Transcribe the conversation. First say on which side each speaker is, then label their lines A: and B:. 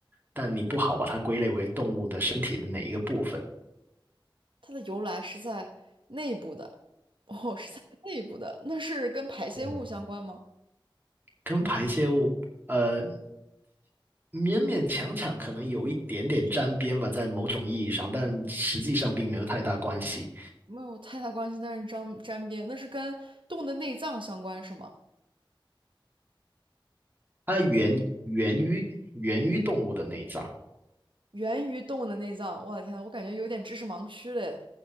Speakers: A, on the right; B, on the right.
A: 但你不好把它归类为动物的身体的哪一个部分。
B: 它的由来是在内部的，哦，是在内部的，那是跟排泄物相关吗？
A: 嗯，嗯跟排泄物，呃，勉勉强强可能有一点点沾边吧，在某种意义上，但实际上并没有太大关系。
B: 没有太大关系，但是沾沾边，那是跟动物的内脏相关是吗？
A: 它源源于源于动物的内脏，
B: 源于动物的内脏，我的天，我感觉有点知识盲区嘞。